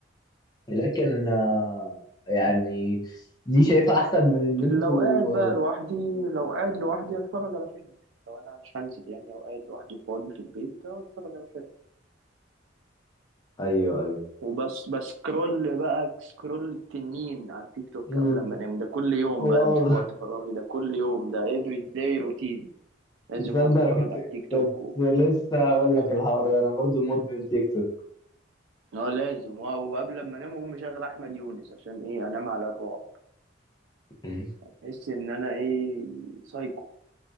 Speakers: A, on the left; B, on the right.
A: لكن آه، يعني دي شايفها احسن من ان
B: لو
A: انتوا
B: قاعد بقى
A: آه،
B: لوحدي لو قاعد لوحدي أتفرج على فيلم يعني لو أنا مش هنزل يعني أو قاعد لوحدي فاضي في البيت أتفرج على فيلم
A: ايوه ايوه
B: وبس بسكرول بقى سكرول التنين على التيك توك
A: مم،
B: قبل ما أنام ده كل يوم
A: واو
B: بقى ده مش في وقت فراغي ده كل يوم ده every day روتين
A: <laughs>
B: لازم
A: تصدق
B: أقعد أتفرج
A: انا كنت
B: على التيك
A: كنت
B: توك
A: لسه هقول لك الحوار ده انا برضو مدمن تيك توك
B: اه لازم اه وقبل ما انام اقوم مشغل احمد يونس عشان ايه انام على الرعب
A: مم.
B: تحس ان انا ايه سايكو